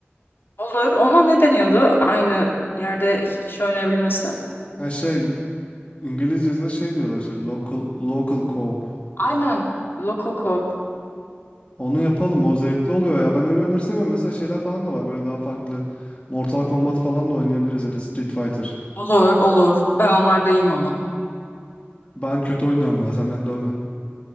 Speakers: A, on the left (about 60°); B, on the left (about 30°).
A: olur. Ona ne deniyordu? Aynı yerde iki kişi oynayabilmesi.
B: Ha şey İngilizce'de şey diyorlar işte local local co-op.
A: Aynen. Lokokop.
B: Onu yapalım o zevkli oluyor ya. Ben öyle oyunları seviyorum. Mesela şeyler falan da var böyle daha farklı. Mortal Kombat falan da oynayabiliriz ya da Street Fighter.
A: Olur, olur. Ben onlarda iyiyim ama.
B: Ben kötü oynuyorum ya. Sen beni dövme.